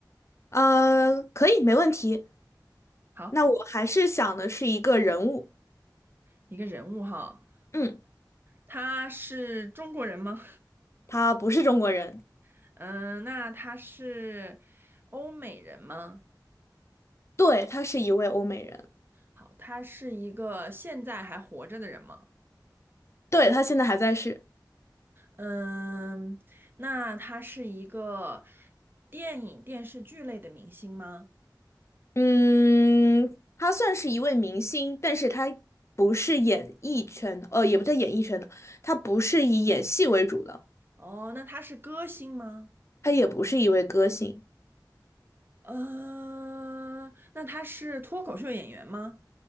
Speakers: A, on the left; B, on the right.
A: 呃，可以，没问题。
B: 好，
A: 那我还是想的是一个人物，
B: 一个人物哈，
A: 嗯，
B: 他是中国人吗？
A: 他不是中国人，
B: <laughs> 嗯，那他是欧美人吗？
A: 对，他是一位欧美人，
B: 好，他是一个现在还活着的人吗？
A: 对，他现在还在世，
B: 嗯，那他是一个电影、电视剧类的明星吗？
A: 嗯，他算是一位明星，但是他不是演艺圈的，呃，也不叫演艺圈的，他不是以演戏为主的，
B: 哦，那他是歌星吗？
A: 他也不是一位歌星，
B: 呃，那他是脱口秀演员吗？